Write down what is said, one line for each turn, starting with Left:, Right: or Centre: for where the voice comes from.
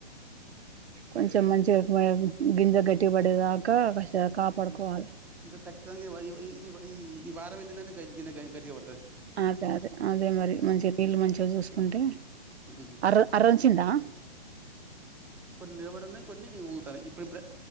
Right: కొంచెం మంచిగా <unintelligible> గింజర్ గట్టిబడేదాకా వర్ష కాపాడుకోవాలి
Centre: ఇంకా ఖచ్చితంగా ఈ ఈ వారం వెళ్ళిందంటే గైన్గిని గట్గా పడుతాది
Right: అదే అదే అదే మరి మంచిగా నీళ్ళు మంచిగా చూసుకుంటే
Centre: ఉమ్.
Right: అర్ అరంచిందా
Centre: కొన్ని నిలబడ ఉన్నాయి కొన్ని ఉంగుతాన్నాయ్ ఇప్పుడు ఇప్పుడు